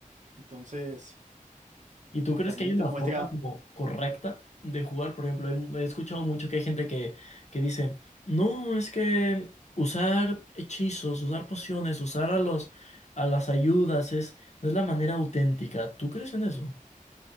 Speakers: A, on the right; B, on the left.
A: Entonces,
B: ¿Y tú crees
A: también
B: que hay una
A: te muestra,
B: forma como correcta de jugar? Por ejemplo, he, he escuchado mucho que hay gente que, que dice, no, es que usar hechizos, usar pociones, usar a los, a las ayudas es, no es la manera auténtica. ¿Tú crees en eso?